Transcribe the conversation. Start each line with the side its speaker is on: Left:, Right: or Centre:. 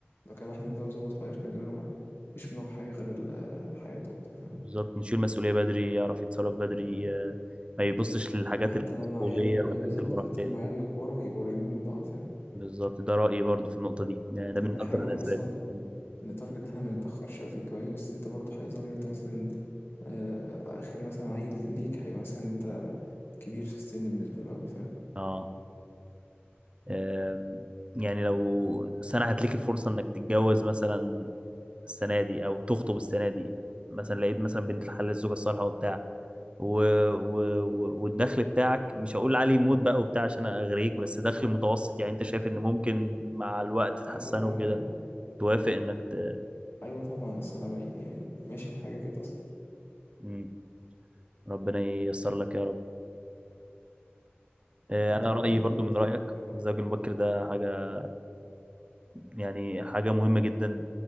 Left: لو كان الواحد متجوز وهو صغير كان زمانه ما فيش في دماغه حاجة غير ال- حياته وبتاع فاهم
Right: بالظبط نشيل مسؤوليه بدري يعرف يتصرف بدري آه، ما يبصش للحاجات
Left: وحتى
Right: الطفوليه
Left: لما عياله آه
Right: والحاجات
Left: بالظبط
Right: المراهقيه
Left: وحتى لما
Right: دي
Left: عياله يكبروا هيبقوا قريبين من بعض فاهم
Right: بالظبط ده رايي برضو في النقطه دي يعني ده
Left: أنا
Right: من
Left: بحاول
Right: اكتر الاسباب
Left: أصلا
Right: مم.
Left: نتارجت إن إحنا ما نتأخرش أوي في الجواز بس أنت برضه هيظل أنت مثلا آه، آخر مثلا عيل ليك هيبقى مثلا أنت كبير في السن بالنسبة له أوي فاهم
Right: اه آم، يعني لو سنه هتليك الفرصه انك تتجوز مثلا السنه دي او تخطب السنه دي مثلا لقيت مثلا بنت الحلال الزوجه الصالحه وبتاع و... و... و- والدخل بتاعك مش هقول عليه موت بقى وبتاع عشان اغريك بس دخل متوسط يعني انت شايف ان ممكن مع الوقت تحسنه
Left: اه طبعا
Right: وكده
Left: آه،
Right: توافق انك ت...
Left: أيوه طبعا أصلا أنا يعني ماشي في حاجة كده أصلا
Right: مم. ربنا ييسر لك يا رب آه،
Left: آه،
Right: انا رايي
Left: والله
Right: برضو
Left: لو انت
Right: من
Left: محتاج
Right: رايك
Left: جوازك
Right: الزواج المبكر
Left: كله.
Right: ده حاجه يعني حاجة مهمة جدا